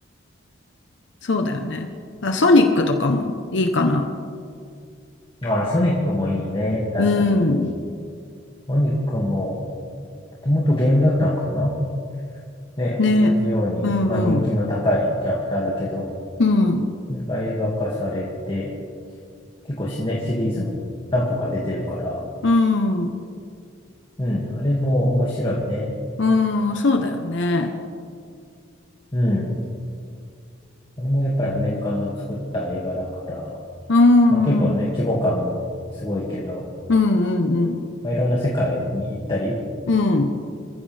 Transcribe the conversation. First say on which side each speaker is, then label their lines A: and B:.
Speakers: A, on the left; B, on the left.
A: そうだよね。あ、ソニックとかもいいかな。
B: う。ああ、ソニックもいいね。確かに。
A: うん、
B: ソニックも、もともとゲームだったのかなね、
A: ね。
B: 同じように、
A: うん、
B: まあ人気の高いキャラクターだけど、
A: うん、うん、
B: それが映画化されて、結構しね、シリーズも何個か出てるから、
A: うん、
B: うん、あれも面白いね。
A: うん、そうだよね。
B: うん。あれもやっぱりアメリカの作った映画だから、
A: うん、
B: まあ結構ね、
A: うん、
B: 規模感もすごいけど、
A: うん、うん、
B: まあ、いろんな世界に行ったり、
A: うん、